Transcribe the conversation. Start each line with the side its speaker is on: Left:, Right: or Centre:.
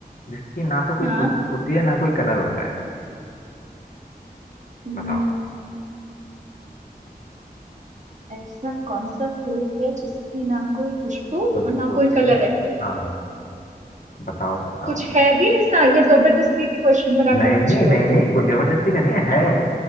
Left: जिसकी ना तो कोई
Right: हाँ
Left: खुशबू होती है ना कोई कलर होता है
Right: हम्म
Left: बताओ
Right: ऐसा कौन सा फूल है जिसकी ना कोई खुशबू
Left: खुशबू
Right: और ना
Left: होती
Right: कोई कलर
Left: है
Right: है
Left: हाँ बताओ बताओ
Right: कुछ है भी ऐसा ये जबरदस्ती की क्वेश्चन बना
Left: नहीं
Right: के पूछ
Left: नहीं
Right: रहे
Left: नहीं
Right: हो
Left: नहीं कोई जबरदस्ती का नहीं है है।